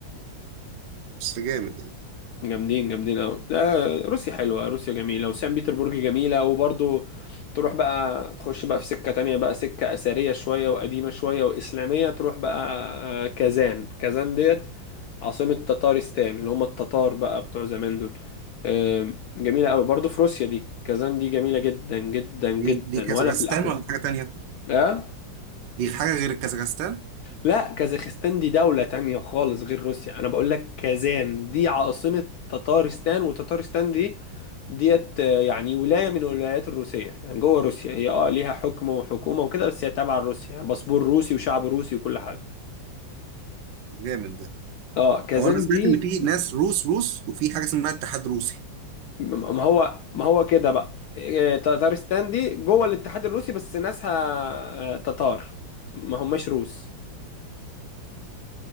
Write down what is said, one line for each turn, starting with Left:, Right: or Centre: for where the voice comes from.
Right: بس جامد يعني
Left: جامدين جامدين قوي لا روسيا حلوة روسيا جميلة وسان بيتربورج جميلة وبرضو تروح بقى تخش بقى في سكة تانية بقى سكة أثرية شوية وقديمة شوية وإسلامية تروح بقى آه، كازان كازان ديت عاصمة تتارستان اللي هم التتار بقى بتوع زمان دول آم، جميلة قوي برضو في روسيا دي كازان دي جميلة جدا جدا جدا
Right: دي دي كازاخستان
Left: ولا في الأحلام
Right: ولا حاجه تانيه؟
Left: اه
Right: دي حاجه غير الكازاخستان؟
Left: لا كازاخستان دي دولة تانية خالص غير روسيا أنا بقول لك كازان دي عاصمة تتارستان وتتارستان دي ديت آه، يعني ولاية من الولايات الروسية يعني جوه روسيا هي اه ليها حكم وحكومة وكده بس هي تابعة لروسيا يعني باسبور روسي وشعب روسي وكل حاجة
Right: جامد ده
Left: اه كازان
Right: هو انا سمعت
Left: دي
Right: ان في ناس روس روس وفي حاجه اسمها اتحاد روسي
Left: م- ما هو ما هو كده بقى آه، تتارستان دي جوه الاتحاد الروسي بس ناسها آه، تتار ما هماش روس